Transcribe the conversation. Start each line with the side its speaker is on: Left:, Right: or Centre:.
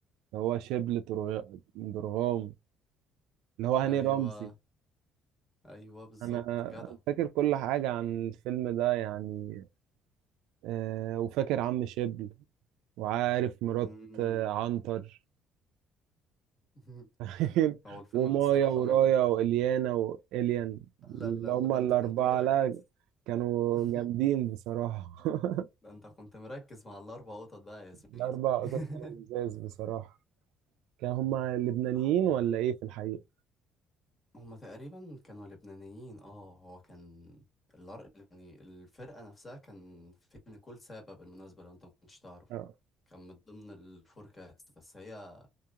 Right: هو شبل درغ- درغام اللي هو هاني
Left: ايوه
Right: رمزي
Left: ايوه بالظبط
Right: انا
Left: جدع
Right: فاكر كل حاجة عن الفيلم ده يعني آه، وفاكر عم شبل وعارف مرات
Left: مم.
Right: آه، عنتر
Left: <laughs>
Right: <laughs>
Left: هو الفيلم
Right: ومايا
Left: ده الصراحة
Right: ورايا
Left: من ال-
Right: وإليانا وإليان
Left: لا
Right: اللي
Left: لا
Right: هما
Left: لا ده انت
Right: الأربعة
Left: كنت مركز
Right: لا كانوا
Left: <laughs>
Right: جامدين بصراحة <laughs>
Left: ده انت كنت مركز مع الاربع قطط بقى يا زميلي
Right: الأربع
Left: <laughs>
Right: قطط كانوا لزاز بصراحة كانوا هما لبنانيين
Left: آه.
Right: ولا ايه في الحقيقة
Left: هما تقريبا كانوا لبنانيين اه هو كان الار... يعني الفرقة نفسها كان في نيكول سابا بالمناسبة لو انت ما كنتش تعرف
Right: اه
Left: كان من ضمن الفور كاتس بس هي